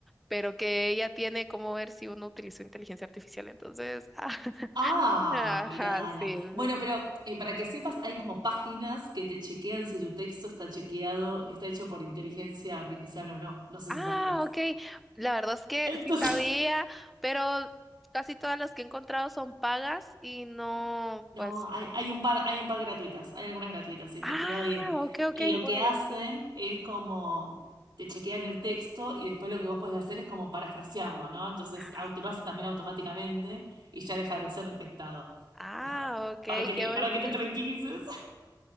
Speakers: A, in the centre; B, on the right.
A: pero que ella tiene como ver si uno utilizó inteligencia artificial. Entonces, <laughs>
B: ¡Ah!
A: Ajá,
B: Mirala.
A: sí. sí,
B: Bueno, pero eh, para que sepas, hay como páginas que te chequean si tu texto está chequeado, está hecho por inteligencia artificial o no. No sé
A: Ah,
B: si sabías.
A: ok. La verdad es que
B: Entonces.
A: sí sabía, pero casi todas las que he encontrado son pagas y no,
B: No,
A: pues
B: hay,
A: no.
B: hay un par, hay un par gratuitas, hay algunas gratuitas, investiga
A: Ah,
B: bien.
A: ok,
B: Y
A: ok,
B: lo
A: voy
B: que
A: a
B: hacen
A: buscar.
B: es como te chequean el texto y después lo que vos podés hacer es como parafrasearlo, ¿no? Entonces
A: Ah,
B: au- te lo hace también automáticamente y ya deja de ser detectado.
A: ah,
B: No,
A: ok,
B: para que te,
A: qué buen
B: para que
A: tip.
B: te tranquilices. <laughs>